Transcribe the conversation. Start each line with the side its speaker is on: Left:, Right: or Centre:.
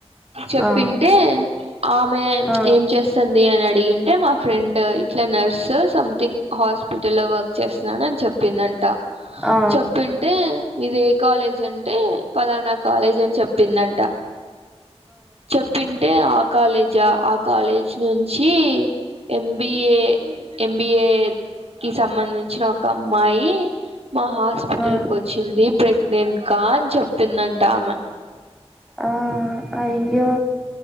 Right: చెప్పింటే
Centre: ఆ ఆ ఆ
Right: ఆమె ప్చ్
Centre: ఆ
Right: ఏం చేస్తంది అని డిగింటే మా ఫ్రెండ్ ఇట్లా నర్స్ ఓ సంథింగ్ హాస్పిటల్ లో వర్క్ చేస్తున్నాను అని చెప్ చెప్పిందంట
Centre: ఆ ఆ
Right: చెప్పింటే మీదే కాలేజ్ అంటే ఫలానా కాలేజ్ అని చెప్పిందంట చెప్పింటే ఆ కాలేజా ఆ కాలేజ్ నుంచి ఎంబిఏ ఎంబిఏ కి సంబంధించిన ఒక అమ్మాయి మా హాస్పిటల్
Centre: ఆ
Right: కు వచ్చింది ప్రెగ్నెంట్గా ఆ అని చెప్పిందంట ఆమ
Centre: ఆ అయ్యో